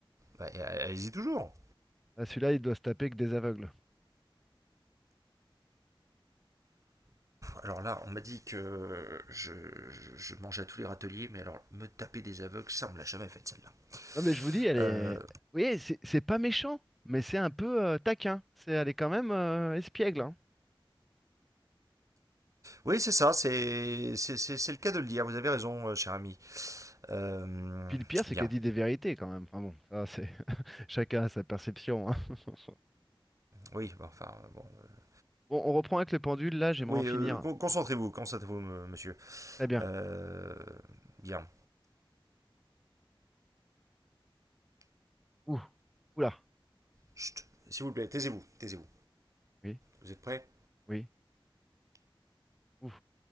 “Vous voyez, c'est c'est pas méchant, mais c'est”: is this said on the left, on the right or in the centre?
Centre